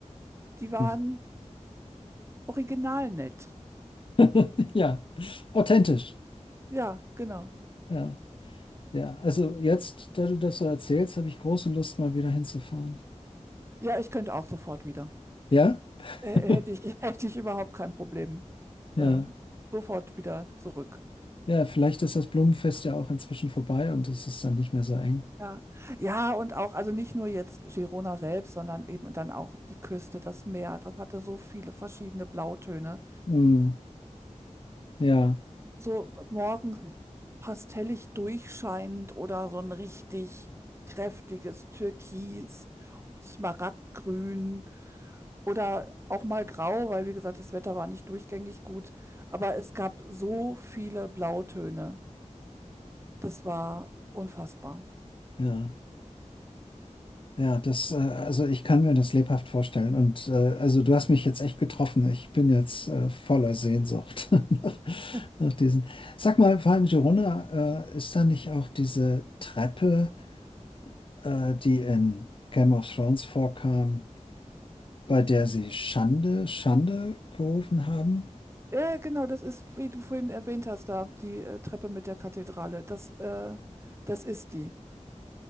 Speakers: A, on the right; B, on the left.
A: die waren
B: Hm.
A: original nett.
B: <laughs> Ja, authentisch.
A: Ja, genau.
B: Ja, ja. Also jetzt, da du das so erzählst, habe ich große Lust, mal wieder hinzufahren.
A: Ja, ich könnte auch sofort wieder.
B: Ja?
A: Äh,
B: <laughs>
A: äh, hätte ich, <laughs> hätte ich überhaupt kein Problem.
B: Ja.
A: Äh, sofort wieder zurück.
B: Ja, vielleicht ist das Blumenfest ja auch inzwischen vorbei und es ist dann nicht mehr so eng.
A: Ja. ja, und auch, also nicht nur jetzt Girona selbst, sondern eben dann auch die Küste, das Meer, das hatte so viele verschiedene Blautöne.
B: Hm. Ja,
A: so morgens pastellig durchscheinend oder so ein richtig kräftiges Türkis, Smaragdgrün oder auch mal grau, weil wie gesagt, das Wetter war nicht durchgängig gut. Aber es gab so viele Blautöne. Das war unfassbar.
B: ja. Ja, das, äh, also ich kann mir das lebhaft vorstellen. Und äh, also du hast mich jetzt echt getroffen. Ich bin jetzt äh, voller Sehnsucht <laughs> nach,
A: <laughs>
B: nach diesen. Sag mal, Van Girona, äh, ist da nicht auch diese Treppe, äh, die in Game of Thrones vorkam, bei der sie Schande, Schande gerufen haben?
A: Ja, Äh, genau, das ist, wie du vorhin erwähnt hast, da die äh, Treppe mit der Kathedrale. Das, äh, das ist die.